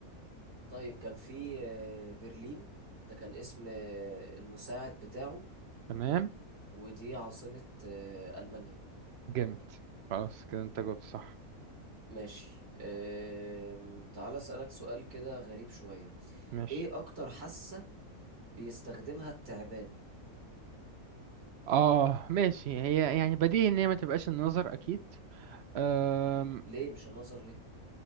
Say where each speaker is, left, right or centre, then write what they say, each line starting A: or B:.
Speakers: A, on the right; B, on the right.
A: طيب كان في آه، برلين ده كان اسم آه، المساعد بتاعه
B: تمام
A: ودي عاصمة آه، ألمانيا
B: جامد خلاص كده انت جاوبت صح
A: ماشي آم، تعال أسألك سؤال كده غريب شوية
B: ماشي
A: إيه أكتر حاسة بيستخدمها التعبان
B: اه ماشي هي يعني بديهي ان هي ما تبقاش النظر اكيد أم...
A: ليه مش النظر ليه